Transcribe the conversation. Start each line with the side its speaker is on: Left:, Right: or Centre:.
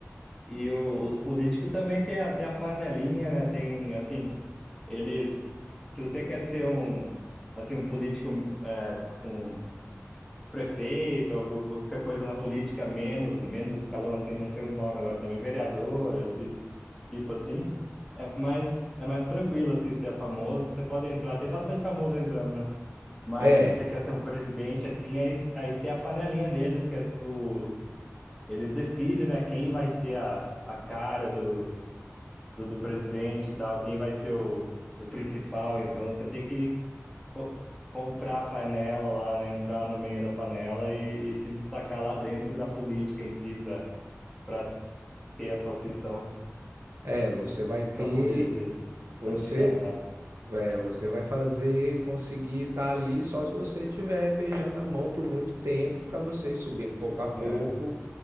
Centre: e o- os políticos também tem a, tem a panelinha, né? Tem, assim, ele, se você quer ser um, assim, um político, é, um prefeito, algo, qualquer coisa na política menos, menos escalão assim, não sei os nomes agora também, vereador, esses tipo assim, é mais, é mais tranquilo assim, se é famoso, você pode entrar, tem bastante famoso entrando, né? Mas
Right: É,
Centre: se você quer ser um presidente assim, aí, aí tem a panelinha deles, que é o, eles decidem, né, quem vai ser a, a cara do, do, do presidente e tal, quem vai ser o, o principal, então você tem que co- comprar a panela lá, né? Entrar no meio da panela e, e se destacar lá dentro da política em si para para ter essa opção
Right: é, você vai ter,
Centre: para poder ser se
Right: você,
Centre: candidatar,
Right: é, você vai fazer conseguir estar ali só se você tiver beijando a mão por muito tempo para você ir subindo pouco a pouco
Centre: né?